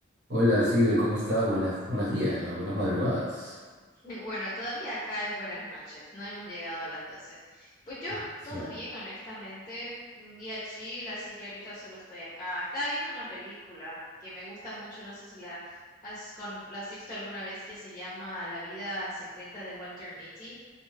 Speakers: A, on the right (about 65°); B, on the left (about 20°).
A: Hola, Sibel, ¿cómo estás? Buenas, buenos días ya, buenas madrugadas.
B: <laughs> Bueno, todavía acá es buenas noches, no hemos llegado a las 12. Pues yo,
A: Ah, cierto.
B: todo bien, honestamente, un día chill, así que ahorita solo estoy acá. Estaba viendo una película que me gusta mucho, no sé si la has, con, la has visto alguna vez, que se llama La vida secreta de Walter Mitty.